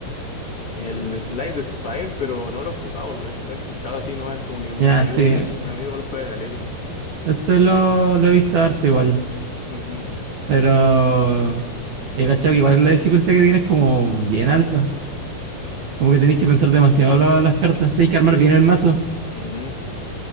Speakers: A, on the left; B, on the right.
A: El Slide de Spire, pero no lo he jugado, lo he, lo he escuchado así, ¿no? Es como que un
B: Ya,
A: amigo,
B: sí.
A: un amigo lo juega galeta.
B: Eso lo, lo he visto harto igual.
A: Ujú.
B: Pero he cachado que igual la dificultad que tienes es como bien alta. Como que tenéis que pensar demasiado la- las cartas.
A: Eh,
B: Tenéis
A: Sí.
B: que armar bien el mazo.
A: ujú.